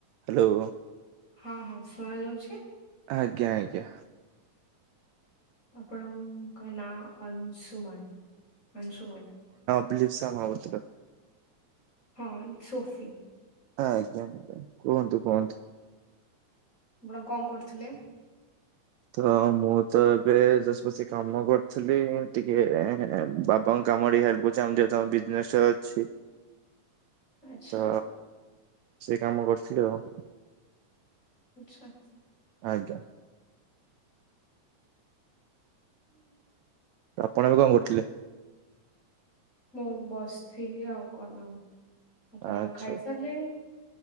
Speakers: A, on the right; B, on the left.
A: ହ୍ୟାଲୋ!
B: ହଁ ହଁ ଶୁଣ ଯାଉଛି?
A: ଆଜ୍ଞା ଆଜ୍ଞା।
B: ଆପଣଙ୍କ ନାଁ ଅଂଶୁମନ ଅଂଶୁମନ।
A: ଲିପ୍ସା ମହାପାତ୍ର।
B: ହଁ ସୋଫି।
A: ଆଜ୍ଞା ଆଜ୍ଞା, କୁହନ୍ତୁ କୁହନ୍ତୁ।
B: ଆପଣ କଣ କରୁଥୁଲେ?
A: ତ ମୁଁ ତ ଏବେ ଯଶପସି କାମ କରୁଥିଲି, ଟିକେ ବାବାଙ୍କ କାମ। ମୁଁ ଟିକେ ହେଲ୍ପ କରୁଛି। ଆମ ଯେହେତୁ ଆମ ବିଜନେସ୍ ଅଛି।
B: ଆଚ୍ଛା
A: ତ ସେ କାମ କରୁଥିଲି ଆଉ।
B: ଆଛା।
A: ଆଜ୍ଞା।
B: ହୁଁ।
A: ଆପଣ ଏବେ କଣ କରୁଥିଲେ?
B: ମୁଁ ବସିଥିଲି ଆଉ କଣ, ଆପଣ
A: ଆଚ୍ଛା
B: ଖାଇସାରିଲେଣି।